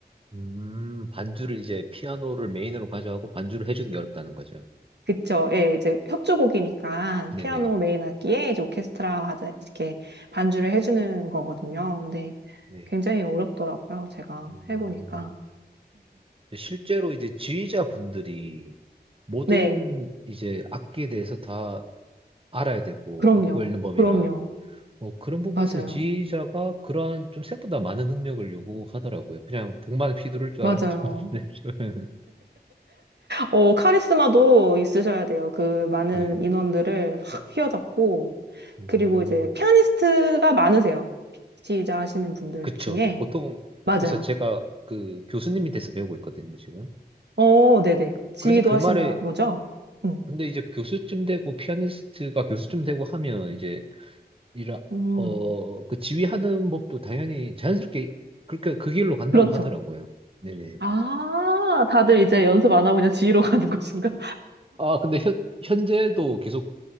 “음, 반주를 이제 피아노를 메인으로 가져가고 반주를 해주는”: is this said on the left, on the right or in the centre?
Right